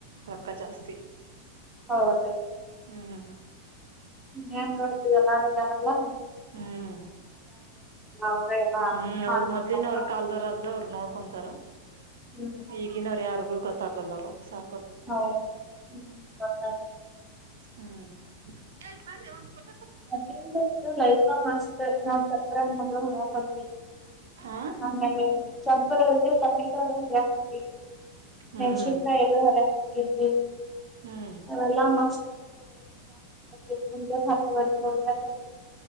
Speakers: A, on the right (about 60°); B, in the centre.
A: ರೊಕ್ಕ ಜಾಸ್ತಿ
B: ಹೌದು
A: ಹ್ಮ್
B: ಹನ್ ಹೇಳು ಎಲ್ಲ್ದಾರಲ್ಲಾ
A: ಹ್ಮ್
B: ಅವ್ರ ಎಲ್ಲಾ
A: ಹ್ಮ್
B: ಮಾಡ್ಕೊಂಡಪ್ಪ
A: ಅವ್ರ ಮೊದ್ಲಿನವ್ರ ಕಾಲ್ದವರ ಆದ್ರೆ ಅವ್ರ ನೋಡ್ಕೊಂತಾರ
B: ಹ್ಮ್
A: ಈಗಿನವ್ರ ಯಾರ್ಗು ಕತಾಗಲ್ಲ ಸಾ
B: ಹ್ಮ ಹ್ಮ ಹ
A: ಹ್ಮ್ ಹಳ್ ಬನ್್ರಿ ಒಂದ್ ಫೋಟ
B: ಮದಂದ ಇದು ಲೈಫ ಮಸ್ತ್ ನಾವ್ ಚಕ್ರನ್ ಮೊದ್ಲು ಹೊರಯಕ ಹತಿದ್ವಿ
A: ಹಾ
B: ನ ಚ ತಯ ಹರತ
A: ಹ್ಮ್
B: ಮೆನ್ಸನ್ ಕ ಎದು ಹರ ಕಲ್ಲಿ
A: ಹ್ಮ್
B: ಎಲ್ಲ ಮ. ಎಜ ಹೋದ